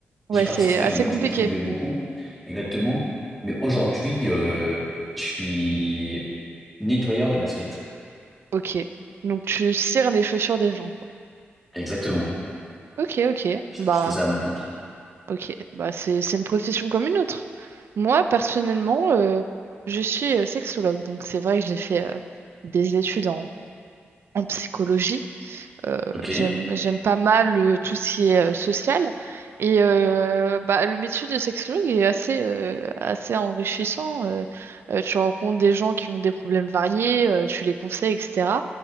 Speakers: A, on the right; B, in the centre.
A: ouais,
B: J'y participais
A: c'est assez
B: quand même,
A: compliqué.
B: je contribuais beaucoup, exactement. Mais aujourd'hui, euh, je suis nettoyeur de basket.
A: Ok, donc tu cires les chaussures des gens, quoi.
B: Exactement.
A: Ok, ok,
B: Je
A: bah,
B: je fais ça à mon compte.
A: ok, bah c'est c'est une profession comme une autre. Moi, personnellement, euh, je suis euh, sexologue, donc c'est vrai que j'ai fait euh, des études en en psychologie. euh,
B: Ok.
A: j'aime j'aime pas mal euh, tout ce qui est euh, social et euh, bah le métier de sexologue est assez euh, assez enrichissant euh, euh, tu rencontres des gens qui ont des problèmes variés euh, tu les conseilles etc